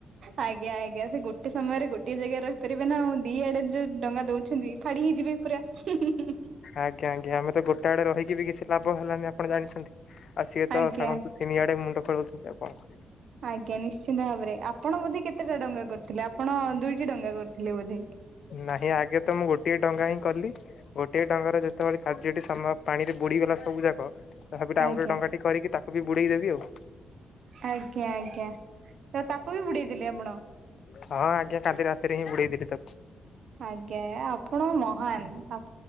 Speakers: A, on the right; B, on the left.
A: ଆଜ୍ଞା ଆଜ୍ଞା ସେ ଗୋଟେ ସମୟରେ ଗୋଟେ ଜାଗା ରହିପାରିବେ ନା ଆଉ ଦି ଆଡେ ଯୋଉ ଡଙ୍ଗା ଦୋଉଛନ୍ତି ଫାଡି ହେଇଯିବେ ପୁରା। ହିଁ- ହିଁ - ହିଁ।
B: ଆଜ୍ଞା ଆଜ୍ଞା ଆମେ ତ ଗୋଟା ଆଡେ ରହିକି ବି କିଛି ଲାଭ ହେଲାନି ଆପଣ ଜାଣିଛନ୍ତି। ଆଉ ସିଏ
A: ଆଜ୍ଞା
B: ତ ଛାଡନ୍ତୁ ତିନିଆଡେ ମୁଣ୍ଡ ଖେଳଉଛନ୍ତି ଆଉ କଣ କରିବ।
A: ଆଜ୍ଞା ନିଶ୍ଚିନ୍ତ ଭାବରେ ଆପଣ ବୋଧେ କେତେଟା ଡଙ୍ଗା କରିଥିଲେ ଆପଣ ଦୁଇଟି ଡଙ୍ଗା କରିଥିଲେ ବୋଧେ?
B: ନାହିଁ ଆଗେ ତ ମୁଁ ଗୋଟିଏ ଡଙ୍ଗା ହିଁ କଲି ଗୋଟେ ଡଙ୍ଗାରେ ଯେତେବେଳେ କାର୍ଯ୍ୟଟି ସମା ପାଣିରେ ବୁଡିଗଲା ସବୁ ଯାକ ତ ହେପଟେ ଆଉ
A: ଆଜ୍ଞା
B: ଗୋଟେ ଡଙ୍ଗା ଟି କରିକି ତାକୁ ବି ବୁଡେଇ ଦେବି ଆଉ।
A: ଆଜ୍ଞା ଆଜ୍ଞା ତ ତାକୁ ବି ବୁଡେଇ ଦେଲେ ଆପଣ?
B: ହଁ ଆଜ୍ଞା କାଲି ରାତିରେ ହିଁ ବୁଡେଇଦେଲି ତାକୁ।
A: ଆଜ୍ଞା ଆପଣ ମହାନ୍ ଆ